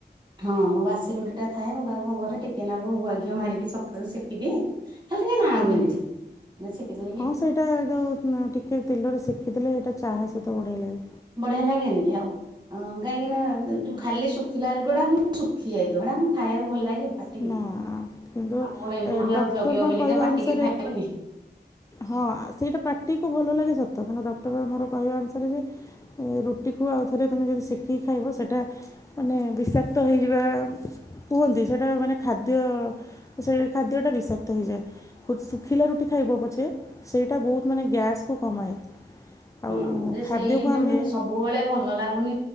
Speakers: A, on the right; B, on the left.
A: ହଁ ମୋ ବାସି ରୁଟି ଟା ଥାଏ ମୁଁ ତାକୁ ଘରେ ଟିକେନାକୁ ଗୁଆ ଘିଅ ମାରିକି ସକାଳୁ ଶିକିଦିଏ। ଖାଲିିଟିକେ ନା
B: ହୁଁ
A: କୁ <unintelligible> <unintelligible>
B: ହଁ ସେଇଟା ଯୋଉ ଟିକେ ତେଲରେ ସେକିଦେଲେ ସେଇଟା ଚାହା ସହିତ ବଢ଼ିଆଲାଗେ।
A: ବଢିଆ ଲାଗେନି କି ଆଉ। ହଁ କାହିଁକି ନା ଯ ଖାଲି ଶୁଖିଲା <unintelligible> ଶୁଖି ଯାଇଥିବ ହେଟା କଣ ଖାଇବାକୁ ଭଲ ଲାଗିବ। ପାଟିକି।
B: ନା କିନ୍ତୁ
A: ଆଉ କଣ ଏମିତି
B: ଡକ୍ଟର୍ଙ୍କ
A: ଆଉ ଜଗିବ ବୋଲିକା
B: କହିବା
A: ପାଟିକି
B: ଅନୁସାରେ
A: ଖାଇବନି
B: ହଁ ସେଇଟା ପାଟିକୁ ଭଲ ଲାଗେ ସତ କାରଁନ ଡକ୍ଟର ମୋର କହିବା ଅନୁସାରେ ଯେ ରୁଟିକୁ ଆଉଥରେ ତମେ ଯଦି ଶେକିକି ଖାଇବ ସେଟା ମାନେ ବିଷାକ୍ତ ହେଇଯିବା କୁହନ୍ତି। ସେଇଟା ମାନେ ଖାଦ୍ୟ ସେ ଖାଦ୍ୟଟା ବିଷାକ୍ତ ହେଇଯାଏ। ଶୁଖିଲା ରୁଟି ଖାଇବ ପଛେ ସେଇଟା ବହୁତ୍ ମାନେ ଗ୍ୟାସ୍କୁ କମାଏ। ଆଉ
A: ହୁଁ ଯେ
B: ଖାଦ୍ୟକୁ
A: ସେଇ ଯେ
B: ଆମେ
A: ସବୁବେଳେ ଭଲ ଲାଗୁନି।